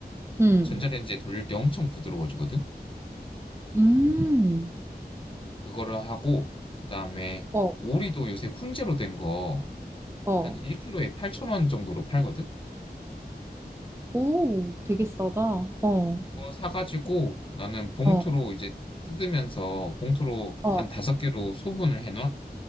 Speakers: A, on the right; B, on the left.
A: 음,
B: 전자레인지에 돌릴 때 엄청 부드러워지거든.
A: 음.
B: 그거를 하고 그다음에
A: 어,
B: 오리도 요새 훈제로 된 거
A: 어.
B: 한 1kg에 8,000원 정도로 팔거든.
A: 오, 되게 싸다. 어,
B: 그거 사가지고 나는 봉투로
A: 어,
B: 이제 뜯으면서 봉투로
A: 어.
B: 한 다섯 개로 소분을 해놔.